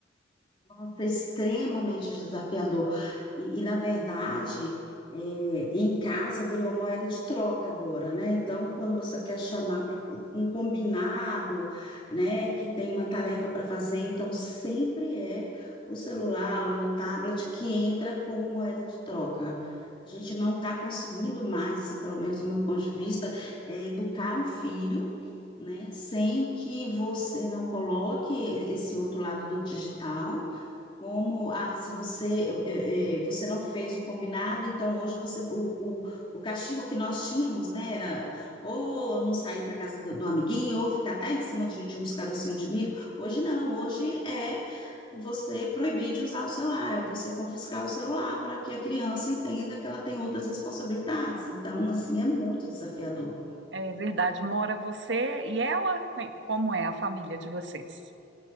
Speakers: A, on the left; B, on the right.
A: Nossa, extremamente desafiador. E, e, na verdade, é, em casa virou moeda de troca agora, né? Então, quando você quer chamar para um combinado, né, que tem uma tarefa para fazer, então sempre é o celular ou é o tablet que entra como moeda de troca. A gente não está conseguindo mais, assim, pelo menos do meu ponto de vista, é, educar um filho né, sem que você não coloque e- esse outro lado do digital, como ah, se você eh, eh, você não fez o combinado, então hoje você o, o, o castigo que nós tínhamos, né, era ou não sair para casa do, do amiguinho, ou ficar até em cima de, de uns carocinhos de milho. Hoje não, hoje é você proibir de usar o celular, é você confiscar o celular para que a criança entenda que ela tem outras responsabilidades. Então, assim, é muito desafiador.
B: É verdade. Mora você e ela? Quen- Como é a família de vocês?